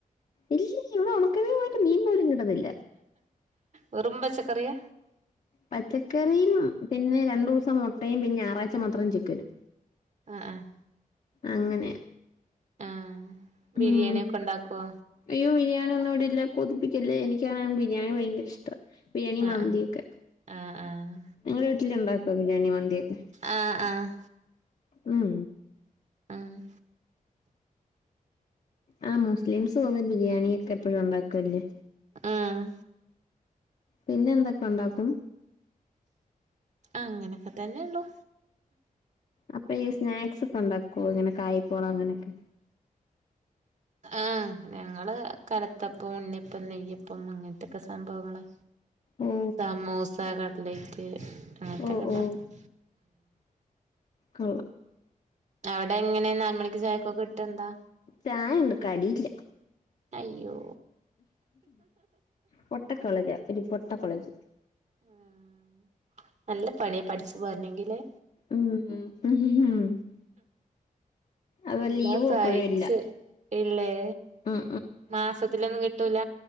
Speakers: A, on the left; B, on the right.
A: ഇല്ല ഇല്ല ഇവടെ ഒണക്കമീ പോയിട്ട് മീൻ പോലും കിട്ടതില്ല.
B: വെറും പച്ചക്കറിയ?
A: പച്ചക്കറിയും പിന്നെ രണ്ടുസം മൊട്ടയും പിന്നെ ഞറാഴ്ച്ച മാത്രം ചിക്കനും.
B: ആഹ് ആഹ്
A: അങ്ങനെ
B: ആഹ് ആഹ് ബിരിയാണി
A: ഉം
B: ഒക്കെ ഉണ്ടാക്കോ?
A: അയ്യോ ബിരിയാണി ഒന്നും ഇട ഇല്ല. കൊതിപ്പിക്കല്ലേ എനിക്കാണ് ബിരിയാണി ഭയങ്കര ഇഷ്ട ബിരിയാണി,
B: ആഹ്
A: മന്തിക്കെ
B: ആഹ് ആഹ്
A: നിങ്ങളെ വീട്ട്ല് ണ്ടാക്കോ ബിരിയാണി മന്തിക്കെ?
B: ആഹ് ആഹ്
A: ഉം
B: ആഹ്
A: ആഹ് മുസ്ലിംസ് തോന്നു ബിരിയാണിയ ക്കെ എപ്പഴും ണ്ടാക്കല്ലേ?
B: ആഹ്
A: പിന്നെ എന്തൊക്കെ ണ്ടാക്കും?
B: അങ്ങനക്കെ തന്നെയള്ളൂ.
A: അപ്പ ഈ സ്നാക്സ് ഒക്കെ ണ്ടാക്കോ ഇങ്ങനെ കായ്പോള അങ്ങനെക്കെ.
B: ആഹ് ഞങ്ങള് കലത്തപ്പം, ഉണ്ണിയപ്പം, നെയ്യപ്പം അങ്ങൻത്തൊക്കെ സംഭവങ്ങള്.
A: ഓ
B: സമൂസ, കട്ലൈറ്റ് അങ്ങൻത്തൊക്കെ
A: ഓ ഓ
B: ണ്ട
A: ക്ക്
B: അവടെ എങ്ങനെ നാല് മണിക്ക് ചായക്കൊ കിട്ട് ന്താ?
A: ചായണ്ട് കടില്ല
B: അയ്യോ!
A: പൊട്ട കോളേജാ ഒരു പൊട്ട കോളേജ്.
B: ആഹ് നല്ല പണിയ പഠിച്ച് പോരണെങ്കി ലേ?
A: ഉം <unintelligible> അത്
B: എല്ലാം
A: ലീവും
B: സായിച്ച്
A: ഇപ്പഴും ഇല്ല
B: ഇല്ലേ
A: ഉം
B: മാസത്തിലൊന്നും കിട്ടൂല?